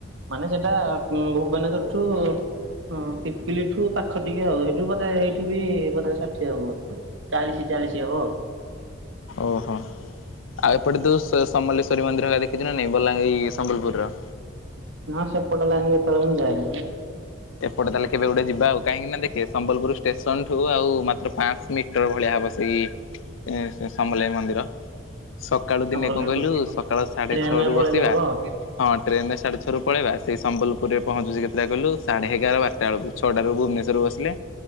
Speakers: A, on the right; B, on the left.
A: ମାନେ ସେଟା ଭୁବନେଶ୍ଵର ଠୁ ଉ ପିପିଲିଠୁ ପାଖ ଟିକେ ଆଉ ସେଇଠୁ ବତେ ସେଇଠୁ ବି ପଚାସ ଷାଠିଏ ହବ ଚାଳିଶ ଚାଳିଶ ହବ ଆଉ
B: ଓହୋ ଆଉ ଏପଟେ ଦୋଶ୍ ସ ସମଲେଶ୍ୱରୀ ମନ୍ଦିର ହେରିକ ଦେଖିଚୁ ନା ନାଇ ବଲାଙ୍ଗୀରି ସମ୍ବଲପୁର ର
A: ନାଁ ସେପଟ ଲାଇନ କେତେଳ ମୁଁ ଯାଇନି
B: ଏପଟେ ତାହେଲେ କେବେ ଗୋଟେ ଯିବା ଆଉ କାହିଁକି ନା ଦେଖେ ସମ୍ବଲପୁର ଷ୍ଟେସନଠୁ ଆଉ ମାତ୍ର ପାଞ୍ଚ ମିିଟ ଟର ଭଳିଆ ହେବ ସେଇ ଶ ସମ୍ଲେଇ ମନ୍ଦିର ସକାଳୁ
A: ସମ୍ବଲପୁର
B: ଦିନେ କଣ କହିଲୁ ସକାଳୁ ସାଢେ
A: ଟ୍ରେନରେ
B: ଛଅରୁୁ
A: ପଳେଇଲେ
B: ବସିବା
A: ହବ ଆଉ
B: ହଁ ଟ୍ରେନରେ ସାଢେ ଛରୁ ପଳେଇବା ସେ ସମ୍ବଲପୁରରେ ପହଞ୍ଚୁଛି କେତେଟା କଲୁ ସାଢେ ଏଗାର ବାରାଟା ବେଳୁକୁ ଛଅଟା ର ଭୁବେନେଶ୍ୱର ବସିଲେ